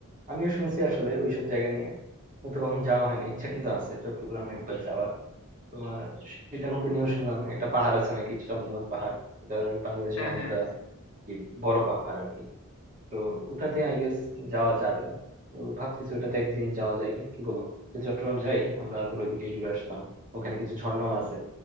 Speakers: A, on the right (about 40°); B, on the left (about 80°).
A: আমিও শুনছি আসলে ওইসব জায়গা নিয়ে কিন্তু কখনো যাওয়া হয় না ইচ্ছা কিন্তু আছে চট্টগ্রাম একবার যাওয়ার তোমার সীতাকুণ্ড নিয়েও শুনলাম একটা পাহাড় আছে নাকি চন্দ্রনাথ পাহাড় এটা বাংলাদেশে
B: হ্যাঁ
A: অনেকটা
B: হ্যাঁ হ্যাঁ
A: কি বড় পাহাড় আর কি তো ওটাতে আই গেস যাওয়া যাবে তো ভাবতেছি ওটাতে একদিন যাওয়া যায় কি বলো তো চট্টগ্রাম যাই আমরা ধর ওইদিকে ঘুরে আসলাম ওখানে কিছু ঝর্ণাও আছে